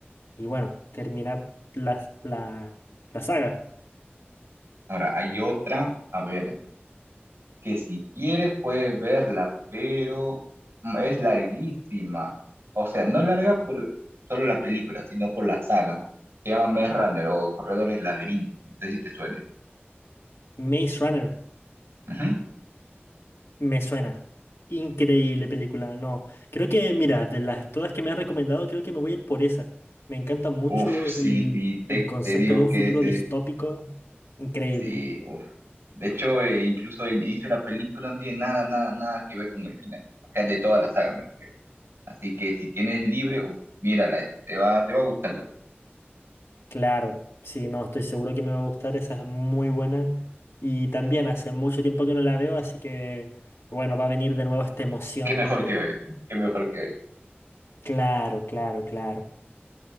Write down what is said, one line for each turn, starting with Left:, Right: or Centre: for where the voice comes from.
Left: y bueno, terminar la, la, la saga,
Right: Ahora, hay otra, a ver, que si quieres puedes verla, pero mm, es larguísima. O sea, no larga por solo la película, sino por la saga. Se llama Maze Runner o Corredor del Laberinto. No sé si te suene.
Left: Maze Runner.
Right: Ujú.
Left: Me suena. Increíble película. No, creo que, mira, de las todas que me ha recomendado, creo que me voy a ir por esa. Me encanta mucho
Right: Uf, sí,
Left: el,
Right: sí, te,
Left: el concepto
Right: te digo
Left: de un
Right: que
Left: futuro
Right: ese,
Left: distópico. Increíble.
Right: sí, uf. De hecho, eh, incluso el inicio de la película no tiene nada, nada, nada que ver con el final. O sea, de toda la saga me refiero. Así que si tienes libre, uf, mírala esta, te va, te va a gustarla.
Left: Claro, sí, no, estoy seguro que me va a gustar. Esa es muy buena. Y también hace mucho tiempo que no la veo, así que, bueno, va a venir de nuevo esta emoción
Right: Qué mejor
Left: de...
Right: que hoy, ¿no? Qué mejor que hoy.
Left: Claro, claro, claro.